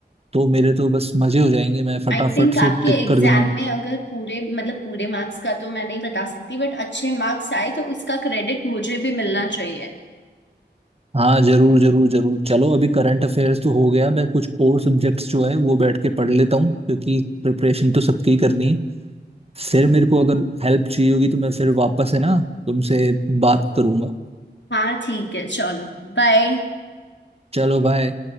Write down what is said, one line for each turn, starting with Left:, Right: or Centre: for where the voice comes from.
Right: तो मेरे तो बस मजे हो जाएंगे मैं फटाफट
Left: आई थिंक
Right: से
Left: आपके
Right: टिक
Left: एग्जाम
Right: कर दूंगा
Left: में अगर पूरे मतलब पूरे मार्क्स का तो मैं नहीं बता सकती बट अच्छे मार्क्स आए तो उसका क्रेडिट मुझे भी मिलना चाहिए
Right: हाँ जरूर जरूर जरूर चलो अभी करंट अफेयर्स तो हो गया मैं कुछ और सब्जेक्ट्स जो है वो बैठ के पढ़ लेता हूँ क्योंकि प्रिपरेशन तो सबकी ही करनी है फिर मेरे को अगर हेल्प चाहिए होगी तो मैं फिर वापस है ना तुमसे बात करूंगा
Left: हाँ ठीक है चलो बाय
Right: चलो बाय